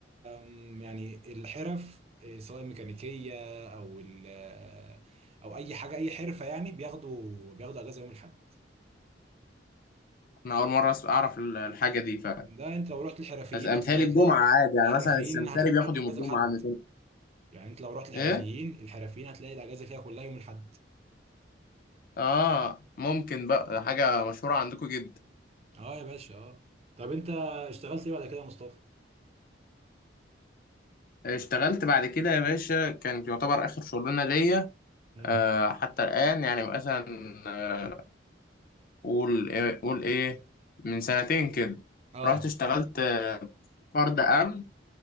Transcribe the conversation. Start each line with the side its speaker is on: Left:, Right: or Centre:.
Right: م، يعني الحرف إيه، سواء ميكانيكيه او ال آه، او اي حاجه اي حرفه يعني بياخدوا بياخدوا اجازه يوم الاحد
Left: انا اول مره أس- اعرف ال- الحاجه دي ف
Right: ده انت لو رحت الحرفيين
Left: بس متهيألي
Right: هتلاقي
Left: الجمعه
Right: هتلاقي
Left: عادي
Right: الحرفيين
Left: يعني مثلا السمكري
Right: هتلاقي
Left: بياخد
Right: كلها
Left: يوم
Right: اجازه
Left: الجمعه
Right: لحد
Left: عندك
Right: يعني انت لو رحت الحرفيين
Left: ايه؟
Right: الحرفيين هتلاقي الاجازه فيها كلها يوم الاحد
Left: اه ممكن بقى حاجه مشهوره عندكم جدا
Right: اه يا باشا اه طب انت اشتغلت ايه بعد كده يا مصطفى
Left: اشتغلت بعد كده يا باشا كانت يعتبر آخر شغلانة ليا
Right: امم
Left: آه حتى الآن يعني مثلا آه، قول إيه- قول إيه من سنتين كده
Right: اه
Left: رحت اشتغلت آه، فرد أمن